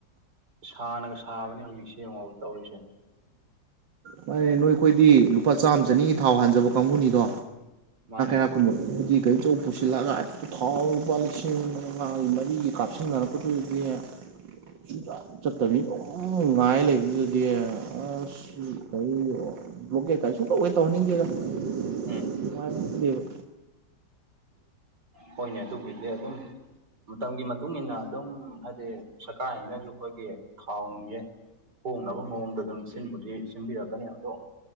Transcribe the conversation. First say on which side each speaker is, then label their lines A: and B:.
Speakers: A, on the right (about 65°); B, on the right (about 85°).
A: ꯁꯥꯅꯒ ꯁꯥꯕꯅꯦ ꯍꯧꯖꯤꯛꯁꯤ ꯌꯦꯡꯉꯣꯕ ꯇꯧꯔꯤꯁꯦ
B: ꯍ ꯅꯣꯏ ꯑꯩꯈꯣꯏꯗꯤ ꯂꯨꯄꯥ ꯆꯥꯝꯃ ꯆꯅꯤꯒꯤ ꯊꯥꯎ ꯍꯥꯟꯖꯕ ꯀꯥꯡꯕꯨꯅꯤꯗꯣ
A: ꯃꯥꯅꯦ
B: ꯀ ꯈꯨꯟꯃꯗꯤ ꯀꯔꯤꯆꯧ ꯄꯨꯁꯤꯜꯂꯛꯒ ꯊꯥꯎ ꯂꯨꯄꯥ ꯂꯤꯁꯤꯡ ꯃꯉꯥꯒꯤ ꯃꯔꯤꯒꯤ ꯀꯥꯞꯁꯤꯟꯅꯔꯛ ꯄꯨꯗꯌꯥ ꯁꯨꯝ ꯆꯠꯇꯕꯅꯤ ꯄꯨꯡ ꯉꯥꯏ ꯂꯩꯕꯗꯨꯗꯗꯤ ꯑꯁ ꯀ ꯕ꯭ꯂꯣꯀꯦꯠ ꯀꯥꯏꯁꯨ ꯀꯧꯋꯦ ꯇꯧꯍꯟꯅꯤꯡꯒꯦꯗꯉꯥꯏꯕ
A: ꯎꯝ ꯍꯣꯏꯅꯦ ꯑꯗꯨꯕꯨꯗꯤ ꯑꯗꯨꯝ ꯃꯇꯝꯒꯤ ꯃꯇꯨꯡ ꯏ ꯃꯇꯨꯡꯏꯟꯅ ꯑꯗꯨꯝ ꯍꯥꯏꯗꯤ ꯀꯥꯏꯅꯁꯨ ꯑꯩꯈꯣꯏꯒꯤ ꯊꯥꯎꯅꯨꯡꯁꯦ ꯍꯣꯡꯅꯕ ꯃꯑꯣꯡꯗ ꯑꯗꯨꯝ ꯁꯤꯟꯕꯨꯗꯤ ꯁꯤꯟꯕꯤꯔꯛꯀꯅꯤ ꯑꯗꯣ